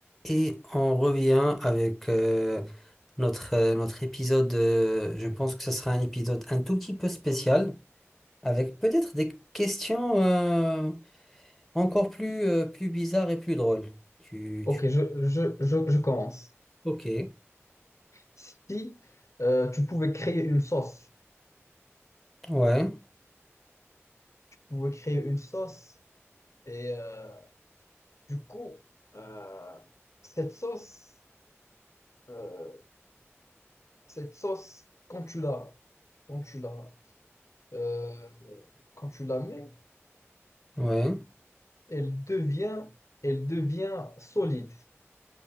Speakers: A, in the centre; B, on the left (about 80°).
A: Et on revient avec euh, notre, euh, notre épisode. euh, je pense que ce sera un épisode un tout petit peu spécial, avec peut-être des questions euh, encore plus, euh, plus bizarres et plus drôles. Tu,
B: Ok,
A: tu-
B: je, je, je, je commence.
A: Ok,
B: Si euh, tu pouvais créer une sauce,
A: ouais,
B: tu pouvais créer une sauce et euh, du coup, euh, cette sauce, euh, cette sauce, quand tu la, quand tu la, euh, quand tu la mets,
A: ouais,
B: elle devient, elle devient solide.